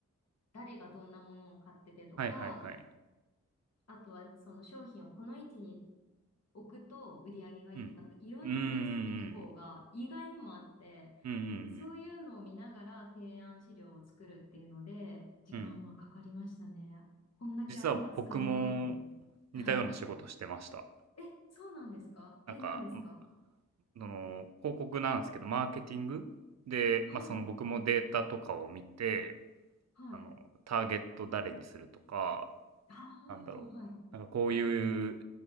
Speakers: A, on the left (about 60°); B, on the right (about 65°).
A: 誰がどんなものを買っててとか、
B: はいはいはい。
A: あとはその商品をこの位置に置くと売り上げがいいとか、
B: うん。
A: なんかいろいろ分析事項が意外にもあって、
B: うんうんうん。うんう
A: そういうのを見ながら提案資料を作るっていうので、
B: ん
A: 時間はかかりましたね。
B: うん。うん。
A: こんだけ頭使うものなんだ。
B: 実は僕も似たような仕事してました。
A: はい。え、そうなんですかえ、
B: なんか、
A: 何ですか
B: んその、広告なんですけど、マーケティングで、
A: はい。
B: ま、その、僕もデータとかを見て、
A: はい。
B: あの、ターゲット誰にするとか
A: ああ、
B: なんだろう。
A: はい。
B: なんかこういう、